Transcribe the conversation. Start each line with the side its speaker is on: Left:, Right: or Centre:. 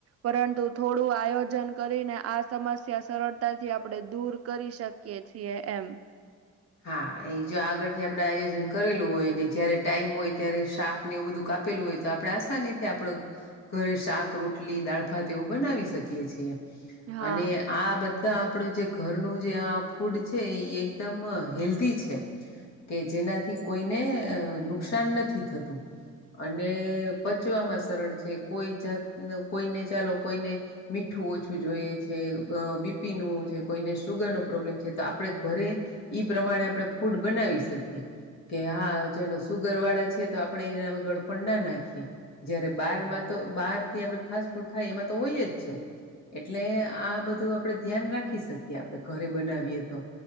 Right: પરંતુ થોડું આયોજન કરીને આ સમસ્યા સરળતાથી આપણે દૂર કરી શકીએ. છી એમ.
Left: હા એ જો આગળ થી આપડે આયોજન કરેલું હોય ને જયારે ટાઈમ હોય ત્યારે શાક ને એવું બધું કા. આપેલું હોય તો આપણે આસાનીથી આપણે ઘરે શાક રોટલી દાળ ભાત એવું બનાવી શકીએ છીએ.
Right: હા
Left: અને આ બધા આપડું જે ઘરનું જે આ ફૂડ છે એકદમ. હેલ્ધી છે કે જેનાથી કોઈને નુકસાન નથી થતું. અને પચવામાં સરળ છે કોઈ જાત કોઈને ચાલો કોઈને મીઠું. આઠું ઓછું જોઈએ છે બીપી નું છે કોઈને સુુગર નો પ્રોબ્લેમ છે તો આપણેે ઘરે. ઈ પ્રમાણે આપણે ફૂડ બનાવી શકીએ કે હા ચલો સુગર વાળા છે જે આપણે ગળપણ ના નાખીએ જયારે બાર તો બારથી આપ ફાસ્ટ ફૂડ ખાય એમાં તો હોય જ છે. એટલે આ બધું આપડે ધ્યાન રાખી શકીએ આપણે ઘરે બનાવીએ તો